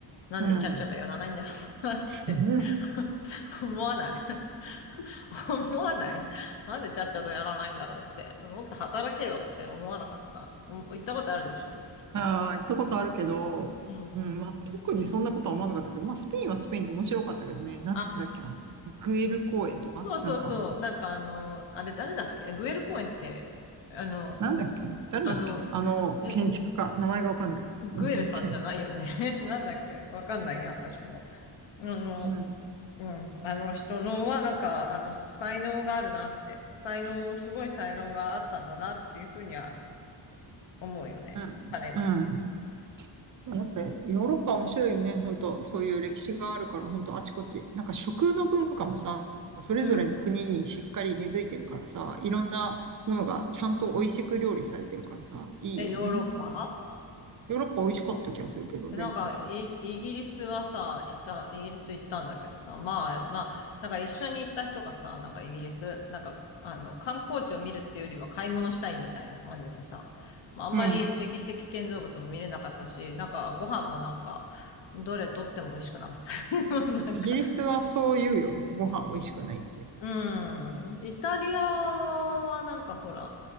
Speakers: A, on the left; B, on the right.
A: なんでちゃっちゃとやらないんだろうなって
B: うん。<laughs>
A: <laughs> 思わない <laughs> 思わないなんでちゃっちゃとやらないんだろうって。もっと働けよって思わなかった。お行ったことあるでしょ
B: ああ、行ったことあるけど、
A: うん。
B: うん、まあ、特にそんなことは思わなかったけど、まあ、スペインはスペインで面白かったけどね、なんだっけ、
A: あ、
B: あの、グエル公園とか、
A: そうそうそう。
B: なんかあの、
A: なんかあの、あれ誰だっけグエル公園って、あの、
B: なんだっけ、
A: ぐ
B: 誰だっけ、
A: あの、
B: あの、
A: え、
B: 建築家、
A: グ
B: 名前がわかんない。
A: グエルさんじゃないよね。
B: なんだっけ、
A: <laughs> えなんだっけわかんないや、私も。あの、
B: うん、
A: うん。あの人のは、なんか、あの、才能があるなって。才能、すごい才能があったんだなっていうふうには思うよね。
B: うん、
A: 彼の。
B: うん。やっぱりヨーロッパ面白いよね、本当そういう歴史があるから、本当あちこち。なんか食の文化もさ、それぞれの国にしっかり根付いてるからさ、
A: うん。
B: いろんなものがちゃんと美味しく料理されてるからさ、いいよね。
A: え、ヨーロッパ
B: ヨーロッパ美味しかった気がするけど、
A: なんか、
B: 全部。
A: イ、イギリスはさ、行った、イギリス行ったんだけどさ、まあ、まあ、なんか一緒に行った人がさ、なんかイギリス、なんか、あの、観光地を見るっていうよりは買い物したいみたいな感じでさ、まあ、あんまり歴史的建造物も見れなかったし、
B: うん。
A: なんかご飯もなんか、どれとっても美味しくなかったけど、<laughs> なんか、
B: イギリスはそう言うよね。ご飯美味しくないって。
A: うん、イタリアはなんかほら、